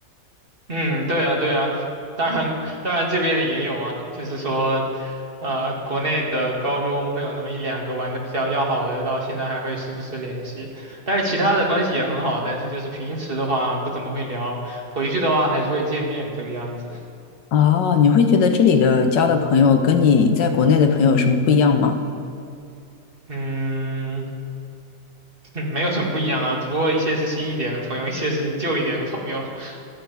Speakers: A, on the right; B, on the left.
A: 嗯，对啊，对啊。当然，当然这边的也有啊，就是说，呃，国内的高中会有那么一两个玩的比较要好的，到现在还会时不时联系。但是其他的关系也很好，但是就是平时的话不怎么会聊，回去的话还是会见面这个样子。
B: 哦，你会觉得这里的交的朋友跟你在国内的朋友有什么不一样吗？
A: 嗯。<laughs> 嗯，没有什么不一样啊，只不过一些是新一点的朋友，一些是旧一点的朋友，<laughs>